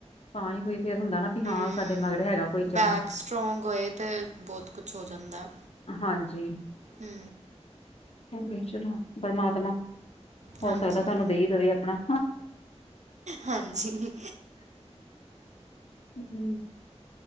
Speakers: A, on the left; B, on the right.
A: ਤਾਂ ਹੀ ਕੋਈ ਫਿਰ ਹੁੰਦਾ ਨਾ। ਵੀ
B: ਹੂੰ,
A: ਹਾਂ ਸਾਡੇ ਮਗਰ ਹੈਗਾ ਕੋਈ
B: ਬੈਕ
A: ਚਲੋ
B: ਸਟਰੋਂਗ ਹੋਏ ਤਾਂ ਬਹੁਤ ਕੁਛ ਹੋ ਜਾਂਦਾ।
A: ਹਾਂਜੀ,
B: ਹੂੰ,
A: ਹਾਂ ਚਲੋ ਪਰਮਾਤਮਾ। ਹੋ
B: ਹਾਂਜੀ
A: ਸਕਦਾ ਤੁਹਾਨੂੰ ਦੇਈ ਦਵੇ ਆਪਣਾ।
B: ਹਾਂਜੀ
A: ਹੂੰ,